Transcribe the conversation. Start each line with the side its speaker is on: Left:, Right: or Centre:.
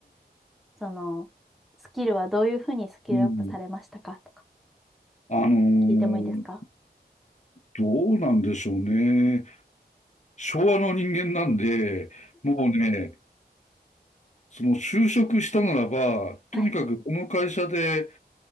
Centre: そのスキルはどういうふうにスキルアップされましたかとか
Left: うん。あの
Centre: 聞いてもいいですか
Left: ーどうなんでしょうね。昭和の人間なんで、もうね、その就職したならば、とにかくこの会社で
Centre: はい。